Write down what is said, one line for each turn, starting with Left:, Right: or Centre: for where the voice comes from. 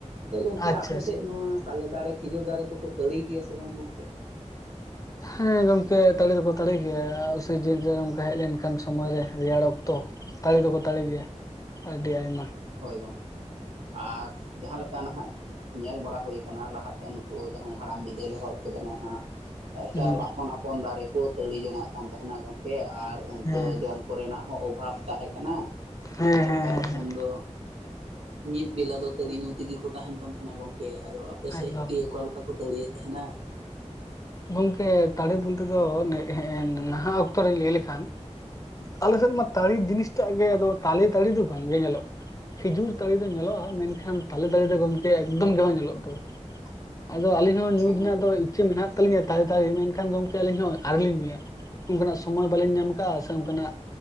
Right: ᱟᱫᱚ ᱜᱚᱝᱠᱮ
Left: ᱟᱪᱪᱷᱟ
Right: ᱟᱯᱮ
Left: ᱟᱪᱪᱷᱟ
Right: ᱥᱮᱫ ᱱᱚᱣᱟ ᱛᱟᱞᱮ ᱫᱟᱨᱮ ᱠᱷᱤᱡᱩᱨ ᱫᱟᱨᱮ ᱠᱚᱠᱚ ᱛᱟᱹᱲᱤ ᱜᱮᱭᱟ ᱥᱮ ᱵᱟᱝ ᱜᱚᱝᱠᱮ?
Left: ᱦᱮᱸ ᱜᱚᱝᱠᱮ ᱛᱟᱲᱤ ᱫᱚᱠᱚ ᱫᱟᱲᱮ ᱜᱮᱭᱟ ᱥᱤᱡᱤᱱ ᱨᱮ ᱱᱚᱝᱠᱟ ᱦᱮᱡ ᱞᱮᱱᱠᱷᱟᱱ ᱥᱚᱢᱚᱭ ᱨᱮᱭᱟᱲ ᱚᱠᱛᱚ᱾ ᱛᱟᱞᱮ ᱫᱚᱠᱚ ᱛᱟᱲᱤ ᱜᱮᱭᱟ ᱟᱹᱰᱤ ᱟᱭᱢᱟ᱾
Right: ᱦᱳᱭ ᱜᱚᱝᱠᱮ ᱟᱨ ᱡᱟᱦᱟᱸ ᱞᱮᱠᱟ ᱱᱟᱦᱟᱜ ᱧᱮᱞ ᱵᱟᱲᱟ ᱦᱩᱭ ᱠᱟᱱᱟ ᱞᱟᱦᱟᱛᱮᱱ ᱠᱚ ᱡᱟᱦᱟᱸᱭ ᱦᱟᱲᱟᱢ ᱵᱤᱫᱟᱹᱞ ᱦᱚᱲ ᱠᱚᱫᱚ ᱱᱟᱦᱟᱜ ᱮᱠᱟᱞ
Left: ᱦᱮᱸ
Right: ᱟᱯᱚᱱ ᱟᱯᱚᱱ ᱫᱟᱨᱮ ᱠᱚ ᱛᱟᱹᱲᱤ ᱡᱚᱝᱣᱟᱜ ᱠᱟᱱ ᱛᱟᱦᱮᱱᱟ ᱜᱚᱝᱠᱮ ᱟᱨ ᱚᱱᱛᱚ
Left: ᱦᱮᱸ
Right: ᱡᱚᱢ ᱠᱚᱨᱮᱱᱟᱜ ᱦᱚᱸ ᱚᱵᱷᱟᱵᱽ ᱛᱟᱦᱮᱸ ᱠᱟᱱᱟ
Left: ᱦᱮᱸ
Right: ᱮᱠᱟᱞ
Left: ᱦᱮᱸ ᱦᱮᱸ
Right: ᱩᱱᱫᱚ ᱢᱤᱫ ᱵᱮᱞᱟ ᱫᱚ ᱛᱟᱹᱲᱤ ᱧᱩ ᱛᱮᱜᱮ ᱠᱚ ᱛᱟᱦᱮᱱ ᱠᱟᱱ ᱛᱟᱦᱮᱱᱟ ᱜᱚᱝᱠᱮ ᱟᱫᱚ ᱟᱯᱮᱥᱮᱫ
Left: ᱮᱠᱫᱚᱢ
Right: ᱜᱮ ᱚᱠᱟ ᱞᱮᱠᱟ ᱠᱚ ᱛᱟᱹᱲᱤ ᱮᱫ ᱛᱟᱦᱮᱱᱟ
Left: ᱜᱚᱝᱠᱮ ᱫᱟᱲᱮ ᱵᱚᱞᱛᱮ ᱫᱚ ᱱᱟᱦᱟᱜ ᱚᱠᱛᱚ ᱨᱮ ᱞᱟᱹᱭ ᱞᱮᱠᱷᱟᱱ ᱟᱞᱮᱥᱮᱫ ᱢᱟ ᱛᱟᱹᱲᱤ ᱡᱤᱱᱤᱥᱴᱟᱜ ᱜᱮ ᱟᱫᱚ ᱛᱟᱞᱮ ᱛᱟᱹᱲᱤ ᱫᱚ ᱵᱟᱝᱜᱮ ᱧᱮᱞᱚᱜ ᱠᱷᱤᱡᱩᱨ ᱛᱟᱹᱲᱤ ᱫᱚ ᱧᱮᱞᱚᱜ-ᱟ ᱢᱮᱱᱠᱷᱟᱱ ᱛᱟᱞᱮ ᱛᱟᱹᱲᱤ ᱫᱚ ᱜᱚᱝᱠᱮ ᱮᱠᱫᱚᱢ ᱜᱮ ᱵᱟᱝ ᱧᱮᱞᱚᱜ ᱫᱚ ᱟᱫᱚ ᱟᱹᱞᱤᱧ ᱦᱚᱸ
Right: ᱟᱪᱪᱷᱟ
Left: ᱧᱩ ᱨᱮᱱᱟᱜ
Right: ᱜᱚᱢᱠᱮ
Left: ᱫᱚ ᱤᱪᱪᱷᱟᱹ ᱢᱮᱱᱟᱜ ᱛᱟᱞᱮ ᱛᱟᱹᱲᱤ ᱢᱮᱱᱠᱷᱟᱱ ᱜᱚᱢᱠᱮ ᱟᱹᱞᱤᱧ ᱦᱚᱸ ᱟᱹᱶᱨᱤ ᱞᱤᱧ ᱧᱩᱭᱟ ᱚᱱᱠᱟᱱᱟᱜ ᱥᱚᱢᱳᱴᱚᱭ ᱵᱟᱞᱤᱧ ᱧᱟᱢ ᱟᱠᱟᱫᱟ ᱥᱮ ᱚᱱᱠᱟᱱᱟᱜ